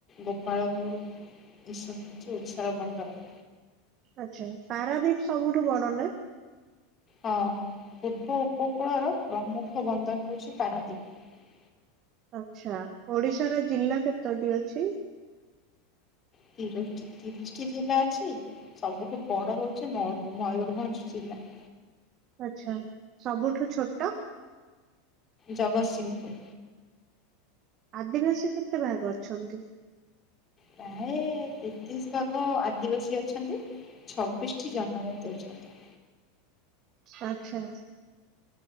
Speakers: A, on the left (about 25°); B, on the right (about 40°).
A: ଗୋପାଳପୁର। ଏ ସବୁ ହେଉଛି ଓଡ଼ିଶାର ବନ୍ଦର।
B: ଆଛା ପାରାଦିପ ସବୁଠୁ ବଡ ନା?
A: ହଁ ପୂର୍ବ ଉପକୂଳର ପ୍ରମୁଖ ବନ୍ଦର ହଉଛି ପାରାଦ୍ଵୀପ।
B: ଆଛା, ଓଡିଶାର ଜିଲ୍ଲା କେତୋଟି ଅଛି?
A: ତିଶ ତିରିଶଟି ଜିଲ୍ଲା ଅଛି ସବୁଠୁ ବଡ ହଉଛି ମୟୁ ମୟୂୁରଭଞ୍ଜ ଜିଲ୍ଲା। <inaudible>
B: ଆଛା ସବୁଠୁ ଛୋଟ?
A: ଜଗତସିଂହପୁର।
B: ଆଦିବାସୀ କେତେ ଭାଗ ଅଛନ୍ତି?
A: ପ୍ରାୟ ତେତିଶ ଭାଗ ଆଦିବାସୀ ଅଛନ୍ତି ଛବିଶ ଟି ଜନଜତି। ତୀ ଅଛନ୍ତି।
B: ଆଚ୍ଛା।